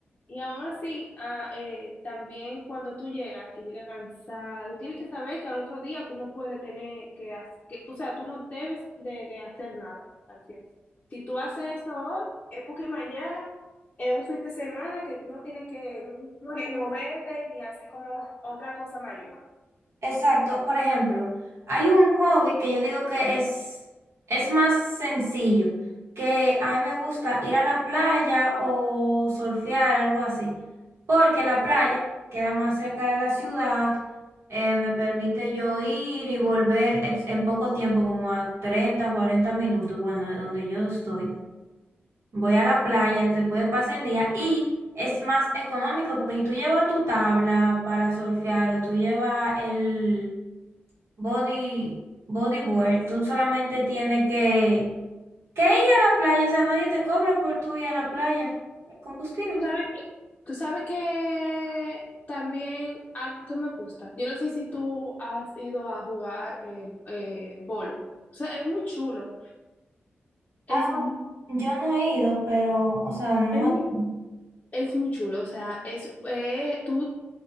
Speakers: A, on the left; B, on the right.
A: Y aún así, ah, eh, también cuando tú llegas, que llegas cansada, tú tienes que saber que al otro día tú no puedes tener que, hac- que o sea, tú no debes de, de hacer nada al final. Si tú haces eso hoy, es porque mañana es un fin de semana que tú no tienes que, que moverte ni hacer como otra cosa mayor.
B: Exacto. Por ejemplo, hay un hobby que yo digo que es, es más sencillo, que a mí me gusta ir a la playa o surfear, algo así, porque la playa queda más cerca de la ciudad, eh, me permite yo ir y volver en, en poco tiempo, como a 30 40 minutos, bueno, de donde yo estoy. Voy a la playa, te puede pasar el día y es más económico porque si tú llevas tu tabla para surfear o tú llevas el, Body, bodyboard, tú solamente tienes que, que ir a la playa, o sea, nadie te cobra por tú ir a la playa, el combustible.
A: ¿Sabes que Tú sabes que también algo que me gusta. Yo no sé si tú has ido a jugar eh, eh, bolo. O sea, es muy chulo. Es
B: Ah,
A: mu-
B: yo no he ido, pero, o sea, no
A: es muy,
B: he ido.
A: es muy chulo, o sea, es, eh, tú,